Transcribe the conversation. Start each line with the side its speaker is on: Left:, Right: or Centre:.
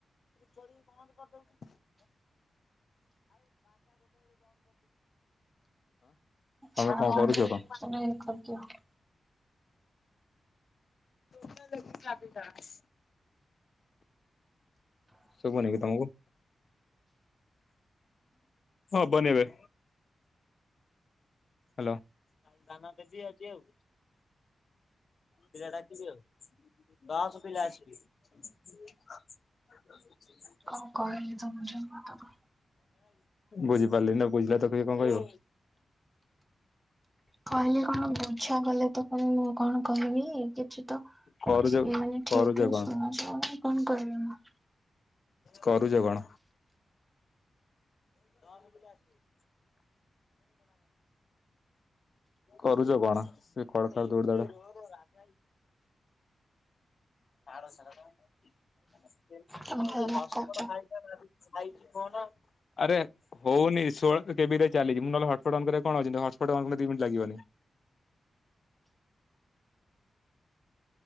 Left: ଚୋରି ବନ୍ଦ <unintelligible>
Centre: ଆଚ୍ଛା
Left: ତମେ କଣ କରୁଚ କଣ?
Centre: <unintelligible>
Left: <unintelligible> ସୁବୁନିକି ତମକୁ? ହବନି ଏବେ? ହଲୋ ଦାନା ଦେବି ଆଜି ଆଉ। ପିଲା ଡାକିବି ଆଉ। <unintelligible>
Centre: ହଉ କହିଲି ତମେ କୋଉ
Left: ବୁଝିପାରିଲ ନାଁ ବୁଝିଲା ତ କିଏ କଣ କହିବ।
Centre: କହିଲି କଣ ବୁଝା କଲେ ତ କଣ ମୁଁ କଣ କହିବି କିଛି ତ
Left: କରୁଛ
Centre: ସେ ମାନେ
Left: କରୁଛ
Centre: ଠିକ୍ ରେ
Left: କଣ
Centre: ସୁଣିଚନ୍ତି କଣ କରିବି ମୁଁ।
Left: କରୁଚ କଣ? <unintelligible> କରୁଚ କଣ ସେ ଖଡ ଖର ଦୋଡ ଦଡ। ତୋର ରାଜାଭାଇ। ତାର <unintelligible> ମୋର ଗୋଟେ
Centre: ତମେ ଖାଲି ଧକାଉଛ।
Left: ହସପଟ୍ ଫାଇଲ୍ ଖାଇଛି କଣ? ଆରେ ହଉନି ଷୋଳ କେବେରେ ଚାଲିଛି ମୁଁ ନହେଲେ ହଟପଟ୍ ଅନଙ୍କରେ କଣ ଅଛନ୍ତି ହଟପଟ୍ ଅନଲେ ଦି ମିନିଟ୍ ଲାଗିବନି।